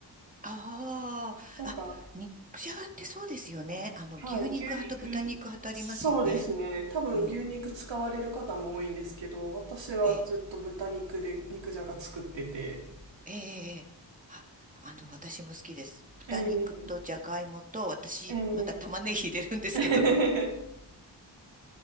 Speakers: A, on the right; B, on the right.
A: あああ、
B: なんか、
A: 肉じゃがってそうですよね。あの、
B: はい、
A: 牛肉派と豚肉派とありますよね。
B: 牛肉、そうですね。多分牛肉使われる方も多いんですけど、
A: うん。
B: 私はずっと豚肉で肉じゃが作ってて。
A: ええ、ええ、ええ。あ、あの、私も好きです。豚肉とじゃがいもと、
B: ええ
A: 私、
B: え
A: また玉ねぎ入れるんですけど。
B: え
A: <laughs>
B: <laughs>